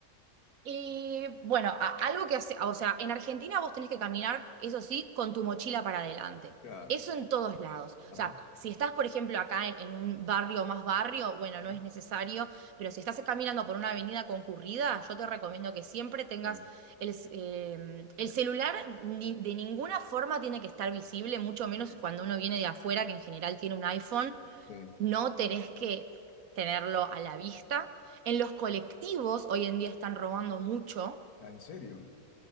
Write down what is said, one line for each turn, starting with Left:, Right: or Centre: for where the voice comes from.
Right: Y bueno, a- algo que hace, o sea, en Argentina vos tenés que caminar, eso sí, con tu mochila para adelante.
Left: claro.
Right: Eso en todos lados.
Left: Ajá.
Right: O sea, si estás, por ejemplo, acá en, en un barrio más barrio, bueno,
Left: Ujú,
Right: no es necesario, pero si estás caminando por una avenida concurrida, yo te recomiendo que siempre tengas
Left: Ya,
Right: el, c- eh, el celular, ni- de ninguna forma tiene que estar visible, mucho
Left: ok.
Right: menos cuando uno viene de afuera, que en general tiene un iPhone
Left: Sí.
Right: no tenés que tenerlo a la vista. En los colectivos, hoy en día están robando mucho.
Left: Ah, ¿En serio?